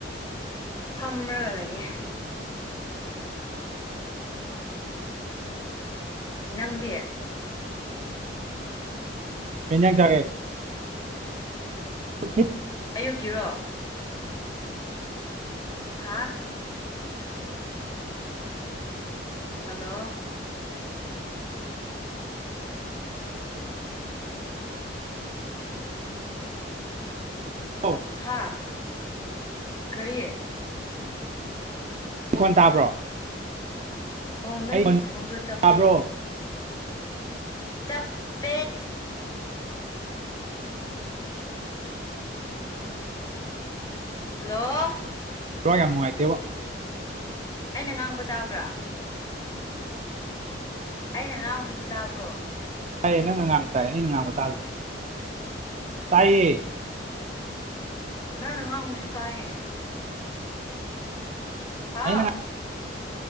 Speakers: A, on the left; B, on the right.
A: ꯐꯝꯔꯒ ꯂꯩꯌꯦ ꯅꯪꯗꯤ
B: ꯀꯩ ꯍꯦꯟꯖꯥꯡ ꯆꯥꯒꯦ <unintelligible>
A: ꯑꯌꯨꯛꯀꯤꯔꯣ ꯍꯥꯥ ꯍꯜꯂꯣ <inaudible>
B: <inaudible>
A: ꯍꯥꯥ ꯀꯔꯤ
B: ꯃꯈꯣꯟ ꯇꯥꯕ꯭ꯔꯣ
A: ꯑꯣ ꯅꯪꯒꯤ
B: ꯑꯩ ꯈꯣꯟ
A: ꯈꯣꯟꯗꯣ ꯆꯞꯄꯦ
B: ꯇꯥꯕ꯭ꯔꯣ
A: ꯆꯞꯄꯦ ꯍꯜꯂꯣ
B: ꯅꯦꯠꯋꯥꯛ ꯌꯥꯝ ꯅꯨꯡꯉꯥꯏꯇꯦꯕꯣ
A: ꯑꯩꯅ ꯉꯥꯡꯕ ꯇꯥꯕ꯭ꯔꯥ ꯑꯩꯅ ꯉꯥꯡꯕꯗꯨ ꯇꯥꯕ꯭ꯔꯣ
B: ꯇꯥꯌꯦ ꯅꯪꯅ ꯉꯥꯡꯕ ꯇꯥꯏ ꯑꯩꯅ ꯉꯥꯡꯕ ꯇꯥꯗ꯭ꯔꯣ ꯇꯥꯏꯌꯦ
A: ꯅꯪꯅ ꯉꯥꯡꯕꯁꯨ ꯇꯥꯏꯌꯦ ꯍꯥꯎ
B: ꯑꯩꯅ ꯉꯥꯡ